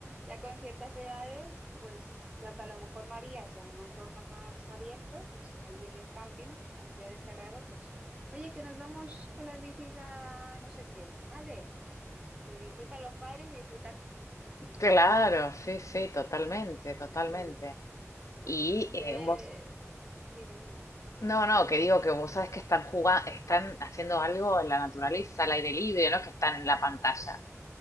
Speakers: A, on the right; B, on the left.
A: ya con ciertas edades, pues lo que a lo mejor no harías en un entorno más abierto, pues allí en el camping, al ser cerrado, pues Oye, que nos vamos con las bicis a no sé qué, ¿vale? Y disfrutan los padres y disfrutan <laughs> los niños.
B: Claro, sí, sí, totalmente, totalmente.
A: Sí.
B: Y
A: Yo,
B: eh,
A: eh,
B: vos,
A: Dime, dime.
B: no, no, que digo que vos sabés que están jugando, están haciendo algo en la naturaleza, al aire libre, no es que están en la pantalla.